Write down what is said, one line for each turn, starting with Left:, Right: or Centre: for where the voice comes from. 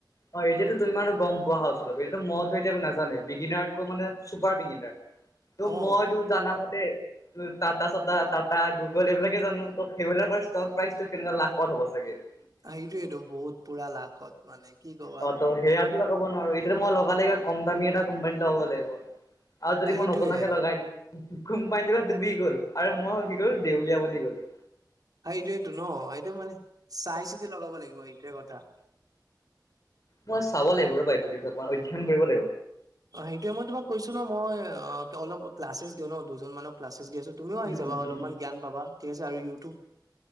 Left: অ এতিয়াতো তুমি আৰু গম পোৱা হল কিন্তু মইতো এতিয়া নাজানোৱে, বিগিনাৰকো মানে চুপাৰ বিগিনাৰ। ত
Right: অ
Left: মই তোৰ জানামতে তোৰ টাটা চটা টাটা গুগল এইবিলাকে জানো ত' সেইবিলাকৰ ষ্টক প্ৰাইচটো কেনেকুৱা লাখত হ'ব চাগে। <inaudible>
Right: সেইটোয়েতো বহুত পুৰা লাখত মানে কি কবা
Left: অঁ ত সেয়াটো ব নোৱাৰো, এতিয়াটো মই লগালে কিবা কম দামী এটা কোম্পানীত লগাব লাগিব। আৰু যদি
Right: সেইটোয়ে
Left: মই নজনাকে লগাই দিওঁ, কোম্পানীটো ডুবি গল আৰু মই কি কৰলো, দেউলীয়া বনি গলোঁ।
Right: হয় এইটোৱেইটো ন এইটো মানে চাই চিতি লগাব লাগিব এইটোৱে কথা।
Left: মই চাব লাগিব ৰবা এইটো বিষয়ে, অধ্যন কৰিব লাগিব।
Right: অ সেইটোয়ে মই তোমাক কৈছো ন মই অঁ অলপ ক্লাছেচ দিওঁ ন, দুজনমানক ক্লাছেচ ছ তুমিও আহি
Left: উম
Right: যাবা,
Left: উম
Right: অলপমান
Left: উম
Right: জ্ঞান পাবা ঠিক আছে আৰু ইউ